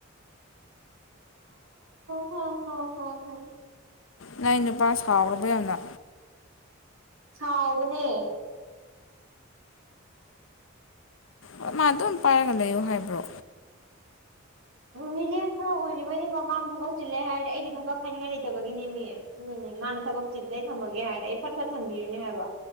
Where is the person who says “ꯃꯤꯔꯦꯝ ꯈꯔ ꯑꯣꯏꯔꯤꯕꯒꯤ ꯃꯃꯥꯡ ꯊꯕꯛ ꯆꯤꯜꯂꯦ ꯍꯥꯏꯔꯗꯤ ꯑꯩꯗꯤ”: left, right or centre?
Right